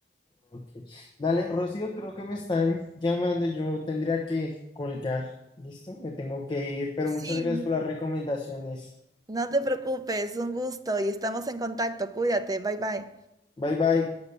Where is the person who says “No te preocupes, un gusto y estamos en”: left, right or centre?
Right